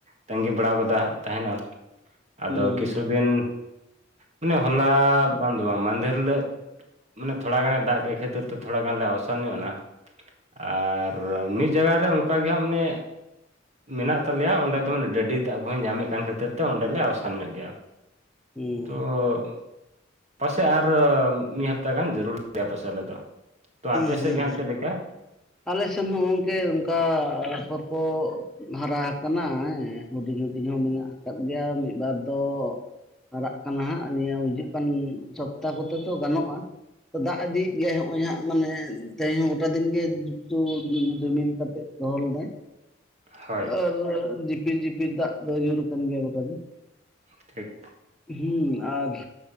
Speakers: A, on the right; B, in the centre.
A: ᱛᱟᱸᱜᱤ ᱵᱟᱲᱟ ᱠᱟᱫᱟ ᱛᱟᱦᱮᱱᱟ ᱾ ᱟᱫᱚ
B: ᱦᱩᱸ
A: ᱠᱤᱪᱷᱩ ᱫᱤᱱ ᱢᱟᱱᱮ ᱦᱚᱞᱟ ᱵᱟᱸᱝ ᱫᱚ ᱵᱟᱝ ᱢᱟᱦᱫᱷᱮᱨ ᱦᱤᱞᱟᱹᱜ ᱢᱟᱱᱮ ᱛᱷᱚᱲᱟ ᱜᱟᱱ ᱫᱟᱜ ᱠᱮᱫ ᱠᱷᱟᱹᱛᱤᱨ ᱛᱮ ᱛᱷᱚᱲᱟ ᱜᱟᱱ ᱞᱮ ᱟᱥᱟᱱ ᱧᱚᱜ ᱮᱱᱟ ᱾ ᱟᱨ ᱢᱤᱫ ᱡᱟᱭᱜᱟ ᱨᱮ ᱚᱱᱠᱟ ᱜᱮ ᱦᱟᱸᱜ ᱢᱟᱱᱮ ᱢᱮᱱᱟᱜ ᱛᱟᱞᱮᱭᱟ ᱚᱸᱰᱮ ᱫᱚ ᱰᱟᱹᱰᱤ ᱫᱟᱜ ᱠᱚ ᱦᱚᱸᱭ ᱧᱟᱢᱮᱫ ᱠᱟᱱ ᱠᱷᱟᱹᱛᱤᱨ ᱛᱮ ᱚᱸᱰᱮᱞᱮ ᱟᱥᱟᱱ ᱧᱚᱜ ᱜᱮᱭᱟ᱾
B: ᱦᱩᱸ ᱦᱩᱸ
A: ᱛᱚ ᱾ ᱯᱟᱥᱮᱜ ᱟᱨ ᱢᱤᱫ ᱦᱟᱯᱛᱟ ᱜᱟᱱ ᱡᱚᱨᱩᱨᱤ ᱜᱮᱭᱟ ᱯᱟᱥᱮᱜ ᱟᱞᱮ ᱫᱚ᱾ ᱛᱚ
B: ᱦᱩᱸ
A: ᱟᱯᱮᱥᱮᱡ
B: ᱦᱩᱸ
A: ᱜᱮ ᱦᱟᱸᱜ ᱪᱮᱫ ᱞᱮᱠᱟ?
B: ᱟᱞᱮ ᱥᱮᱱ ᱦᱚᱸ ᱜᱚᱝᱠᱮ ᱚᱱᱠᱟ ᱟᱯᱷᱚᱨ ᱠᱚ ᱦᱟᱨᱟ ᱦᱠᱟᱱᱟ ᱦᱮᱸ ᱦᱩᱰᱤᱧ ᱦᱩᱰᱤᱧ ᱦᱚᱸ ᱢᱮᱱᱟᱜ ᱟᱠᱟᱫ ᱜᱮᱭᱟ ᱢᱤᱫ ᱵᱟᱨ ᱫᱚ ᱦᱟᱨᱟᱜ ᱠᱟᱱᱟ ᱦᱟᱸᱜ ᱱᱤᱭᱟᱹ ᱦᱤᱡᱩᱜ ᱠᱟᱱ ᱥᱚᱯᱛᱟᱦᱚ ᱠᱚᱛᱮ ᱫᱚ ᱜᱟᱱᱚᱜ-ᱟ᱾ ᱛᱚ ᱫᱟᱜ ᱤᱫᱤᱭᱮᱫ ᱜᱮᱭᱟᱭ ᱦᱚᱸᱜ-ᱚᱭ ᱦᱟᱸᱜ ᱢᱟᱱᱮ ᱛᱮᱦᱮᱧ ᱦᱚᱸ ᱜᱚᱴᱟ ᱫᱤᱱ ᱜᱮ ᱦᱩ ᱨᱤᱢᱤᱞ ᱠᱟᱛᱮᱜ ᱫᱚᱦᱚ ᱞᱮᱫᱟᱭ
A: ᱦᱳᱭ
B: ᱟᱨᱻ ᱯᱤ ᱡᱤᱯᱤᱨ ᱫᱟᱜ ᱫᱚ ᱧᱩᱨ ᱨᱟᱠᱟᱱ ᱜᱮᱭᱟ ᱜᱚᱴᱟᱜᱮ᱾
A: ᱴᱷᱤᱠ
B: ᱦᱩᱸ ᱟᱨ